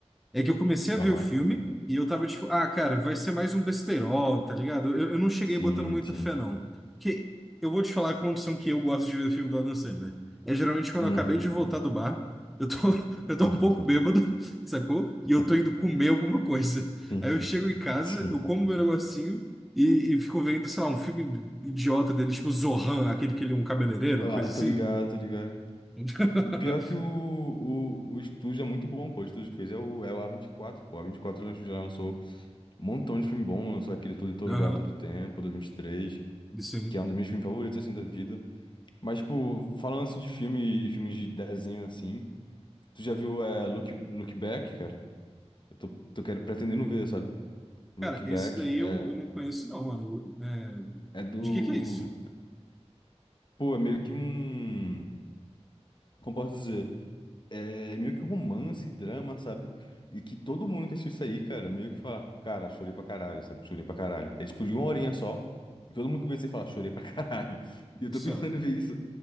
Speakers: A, in the centre; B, on the left.
A: é que eu comecei a ver
B: Aham.
A: o filme e eu tava tipo, ah, cara, vai ser mais um besterol, tá ligado? Eu, eu não cheguei
B: Sim,
A: botando muita
B: sim.
A: fé, não. Que eu vou te falar a condição que eu gosto de ver filme do Adam Sandler. É geralmente quando
B: Uhum.
A: eu acabei de voltar do bar, eu tô, <laughs> eu tô
B: Aham.
A: um pouco bêbado, sacou?
B: <laughs>
A: E eu tô indo comer alguma coisa.
B: Sim,
A: Aí eu chego em casa,
B: sim.
A: eu como meu negocinho e, e fico vendo, sei lá, um filme idiota dele, tipo Zohan, aquele que ele é um cabeleireiro,
B: Ah,
A: coisa
B: tô
A: assim.
B: ligado, tô ligado.
A: <laughs>
B: O pior é que o, o, o estúdio é muito bom, pô. O estúdio que fez é o, é o a vinte e quatro pô. A O A24 já lançou Um montão de filme bom, lançou aquele Tudo em Todo
A: Aham,
B: Lugar, Todo Tempo, 2023,
A: isso aí.
B: que é um dos meus filmes favoritos, assim, da vida. Mas, tipo, falando, assim, de filme e filmes de desenho, assim, tu já viu é, Look, Look Back, cara? Eu tô, tô querendo, pretendendo ver, sabe? Look
A: Cara,
B: Back
A: esse daí
B: é,
A: eu, eu não conheço, não, mano. É,
B: é do...
A: de que que é isso?
B: Pô, é meio que um... Como posso dizer? é meio que um romance, drama, sabe? E que todo mundo que assistiu isso aí, cara, meio que fala, cara, chorei pra caralho, sabe? Chorei pra caralho. É tipo de uma horinha só. E todo mundo que vê isso aí fala, chorei pra caralho. <laughs> E eu
A: Isso.
B: tô pensando
A: ó.
B: em ver isso